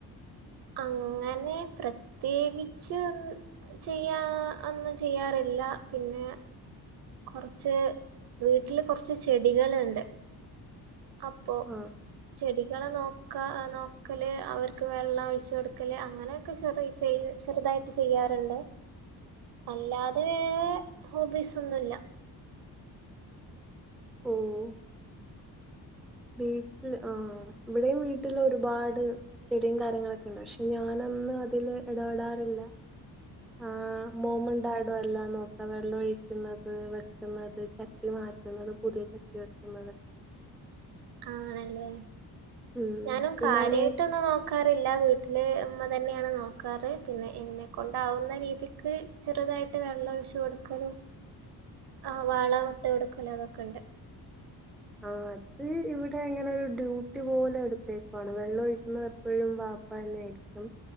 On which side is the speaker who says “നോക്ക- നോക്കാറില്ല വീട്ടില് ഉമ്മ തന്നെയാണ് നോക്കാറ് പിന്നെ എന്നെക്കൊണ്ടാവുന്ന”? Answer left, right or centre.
Right